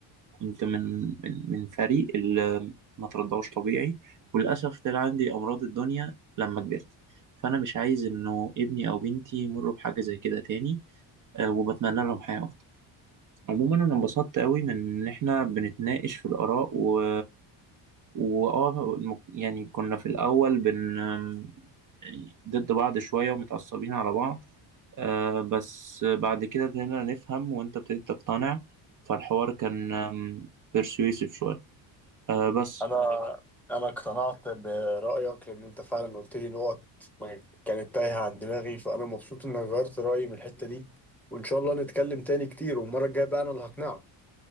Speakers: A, on the right; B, in the centre.
A: كنت من من, من فريق اللي ما ترضعوش طبيعي وللأسف طلع عندي أمراض الدنيا لما كبرت فأنا مش عايز إنه ابني أو بنتي يمروا بحاجة زي كده تاني آه، وبتمنى لهم حياة أفضل عموما أنا انبسطت قوي من إن إحنا بنتناقش في الآراء و واه الم- يعني كنا في الأول بن يعني ضد بعض شوية ومتعصبين على بعض آه بس بعد كده ابتدينا نفهم وأنت ابتديت تقتنع فالحوار كان بيرسويسيف شوية آه بس
B: أنا أنا اقتنعت برأيك لأن أنت فعلا قلت لي نقط ما كانت تايهة عن دماغي فأنا مبسوط إنك غيرت رأيي من الحتة دي وإن شاء الله نتكلم تاني كتير والمرة الجاية بقى أنا اللي هقنعك